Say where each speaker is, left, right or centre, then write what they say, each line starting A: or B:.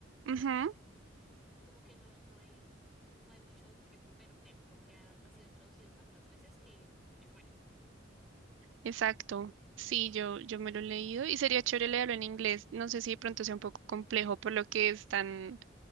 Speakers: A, on the right (about 75°); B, in the centre.
A: Ujú,
B: Como que no no hay no hay mucho que perder porque ha, ha sido traducido tantas veces que es bueno.
A: exacto. Sí, yo, yo me lo he leído y sería chévere leerlo en inglés. No sé si de pronto sea un poco complejo por lo que es tan,